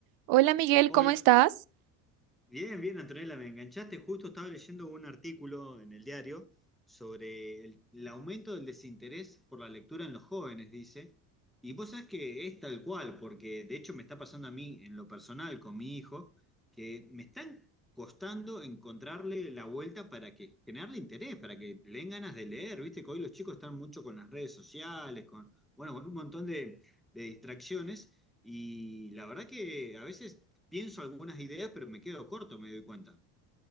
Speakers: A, on the right; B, in the centre.
A: Hola Miguel,
B: Hola,
A: ¿cómo estás?
B: bien, bien, Antonella, me enganchaste. Justo estaba leyendo un artículo en el diario sobre el, el aumento del desinterés por la lectura en los jóvenes, dice. Y vos sabés que es tal cual, porque de hecho me está pasando a mí en lo personal con mi hijo, que me están costando encontrarle la vuelta para que generarle interés, para que le den ganas de leer. Viste que hoy los chicos están mucho con las redes sociales, con, bueno, con un montón de de distracciones. Y la verdad que a veces pienso algunas ideas, pero me quedo corto, me doy cuenta.